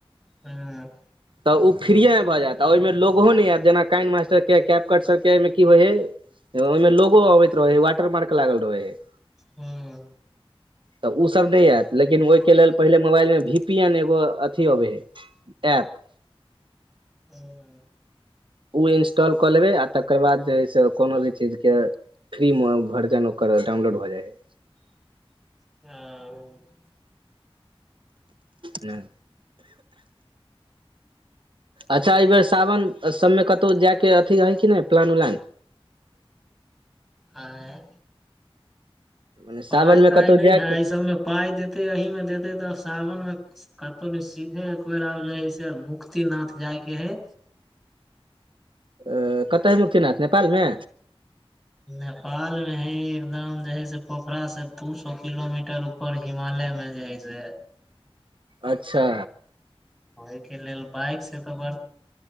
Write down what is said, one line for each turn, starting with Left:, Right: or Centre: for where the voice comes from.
Centre: हँ
Right: तऽ ओ फ्रीएमे भऽ जायत आ ओहिमे लो नहि आयत जेना कइंन मास्टरके कैपकट सभके एहिमे की होइ हइ ओहिमे लोगो अबैत रहै वाटर मार्क लागल रहे है
Centre: हँ
Right: तऽ ओसभ नहि आयत लेकिन ओहिके लेल पहिले मोबाइलमे भी पी एन एगो अथी अबै हइ प
Centre: ह
Right: ओ इंस्टॉल कऽ लेबै आ तकर बाद जे हइ से कोनो भी चीजके फ्री वर्जन ओकर डाउनलोड भ जाइ है
Centre: आ
Right: नइ अच्छा एहि बेर सावन सबमे कतहु जायके अथी है किी नहि प्लान उलान
Centre: आँ
Right: मने
Centre: पाय
Right: सावनमे
Centre: ताय
Right: कतहु
Centre: नहि
Right: जायके
Centre: है एहि सबमे पााय देतै एहिही मे देते तऽ सावन मे कतहु ने सीधे एक बेर आब जा हय से मुक्ति नथ जायके है
Right: अ कतऽ है मुक्तनाथ नेपालमे
Centre: नेपाल मे है एकदम जे है से पोखरास से दू सए किलोमीटर प र हिमालय मे जे हइ से
Right: अच्छा
Centre: ओहिके लेल बाइक से तऽ ब